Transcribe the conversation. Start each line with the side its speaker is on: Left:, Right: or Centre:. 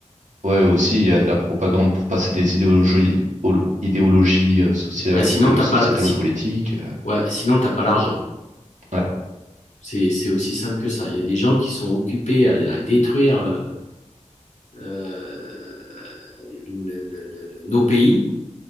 Right: ouais, aussi, il y a de la propagande pour passer des idéologies, ol- idéologies euh, sociales
Left: Bah, sinon,
Right: ou poli-
Left: t'as
Right: sociétales
Left: pas, la- si,
Right: ou politiques. euh.
Left: ouais, sinon, t'as pas l'argent.
Right: ouais,
Left: C'est, c'est aussi simple que ça. Il y a des gens qui sont occupés à, à détruire euh, euh, le- le- le- le- nos pays